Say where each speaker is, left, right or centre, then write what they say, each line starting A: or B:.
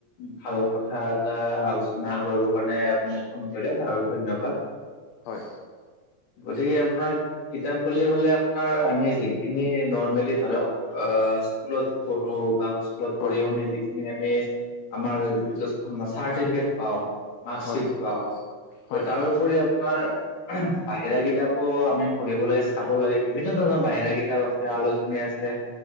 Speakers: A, on the left; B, on the left.
A: ভাল কথা এটা, আলোচনা কৰিবৰ কাৰণে, আপুনি মোক ফোন কৰিলে তাৰ ধন্যবাদ,
B: হয়
A: গতিকে আপোনাৰ কিতাপ বুলি ক'লে আপোনাৰ, আমি যিখিনি নৰ্মেলি ধৰক অ, স্কুলত পঢ়ো বা স্কুলত পঢ়ি
B: হয়
A: শুনি যিখিনি আমি আমাৰ, চাৰ্টিফিকেট পাওঁ। মাৰ্কছিট
B: হয়
A: পাওঁ,
B: হয়
A: তাৰোপৰি আপোনাৰ বাহিৰা কিতাপো আমি পঢ়িব লাগে চাব লাগে, বিভিন্ন ধৰণৰ বাহিৰা কিতাপ আছে, আলোচনী আছে।